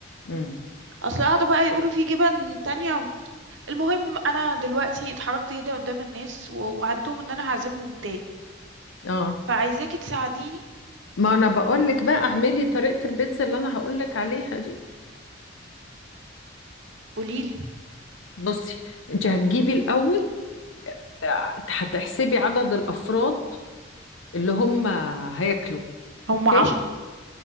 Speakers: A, on the left; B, on the right.
A: امم
B: اصل قعدوا بقى يقولوا في جبن تانية المهم انا دلوقتي اتحركت كده قدام الناس و- ووعدتهم ان انا هعزمهم تاني
A: اه
B: فعايزاكي تساعديني
A: ما انا بقول لك بقى اعملي طريقه البيتزا اللي انا هقول لك عليها دي
B: قوليلي
A: بصي انت هتجيبي الاول آه، هتحسبي عدد الافراد اللي هم هياكلوا
B: هم
A: اوكي
B: عشرة قول